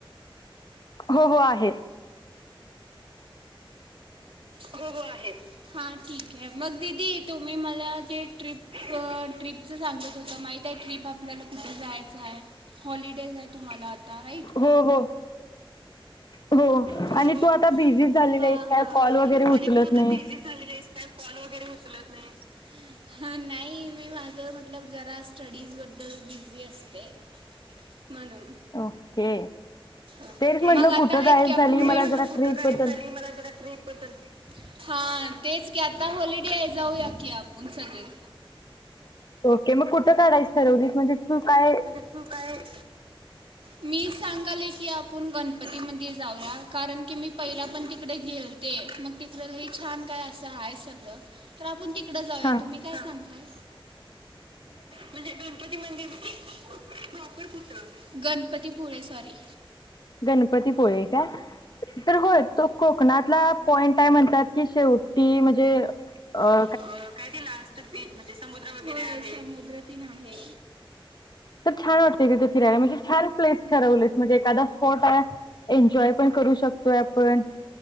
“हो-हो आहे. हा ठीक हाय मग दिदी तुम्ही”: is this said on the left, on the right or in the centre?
Right